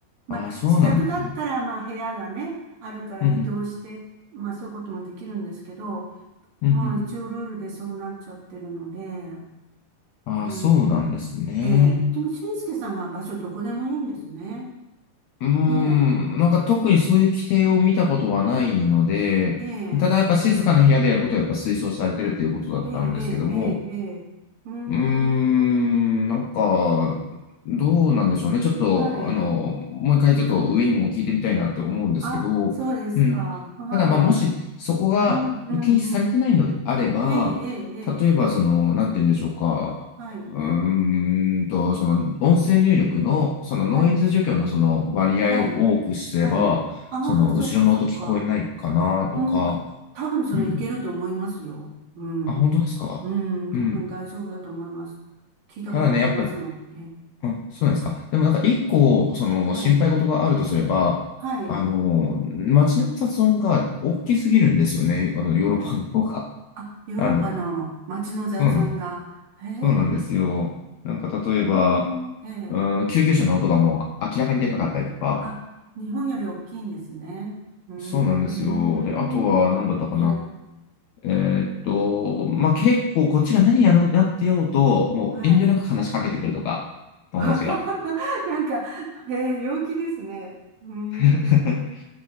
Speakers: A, on the right (about 75°); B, on the left (about 70°).
A: まあ、
B: あ、ああ、そうなんですね。
A: 自宅だったら、まあ、部屋がね、あるから移動して、
B: うん、
A: まあそういうこともできるんですけど、
B: うん、
A: まあ一応ルールでそうなっちゃってるので、
B: うん、うん、ああ、
A: うん。
B: そうなんですね。
A: ええ。でも、俊介さんは場所どこでもいいんですね。
B: うーん、
A: ねえ。
B: なんか特にそういう規定を見たことはないので、
A: うんええ、
B: ただやっぱ静かな部屋でやることはやっぱ推奨されてるっていうことだったんですけども、
A: ええ、ええ、ええ。ええうーん。
B: うーん、なんか、どうなんでしょうね。ちょっと、
A: はい。
B: あの、もう一回ちょっと上にも聞いてみたいなって思うんですけど、
A: あ、そうですか。
B: うん。
A: はい。
B: ただ、まあ、もしそこが禁止されてないのであれば、
A: うん、うん、うん。ええ、ええ、ええ。
B: 例えば、その、なんて言うんでしょうか。
A: はい。
B: うーんと、その、音声入力の、そのノイズ除去のその割合を多くすれば、
A: はい。はい。はい。ああ、
B: その、
A: そっか、
B: 後ろの音聞こえないかなとか、
A: そっか。うん、多分それいけると思いますよ。
B: うん。
A: うん。
B: あ、本当ですかうん。
A: うん、多分大丈夫だと思います。聞いたことありますもん。
B: ただね、やっぱあ、そうなんですか。
A: ええ、え
B: でもなんか一個、
A: え、ええ
B: その心配事があるとすれば、
A: はい、はい。
B: あの、街の雑音が大きすぎるんですよね。あの、ヨーロッパの方が。
A: あ、
B: <laughs>
A: ヨーロッパの街の雑音が、
B: あの、そうなん、
A: へえ、
B: そうなんですよ。なんか例えば、
A: うん、ええ、
B: うん、救急車の音がもう明らかにでかかったりとか、
A: あ、日本より大きいんですね。うーん、
B: そうなんですよ。で、あとは何だったかな。
A: ええ、
B: えーっと、まあ、結構こっちが何やろうなってようと、もう遠慮なく話しかけてくるとか、
A: はい。
B: 友達が。
A: <laughs> なんか、ええ、陽気ですね。うーん、
B: <laughs>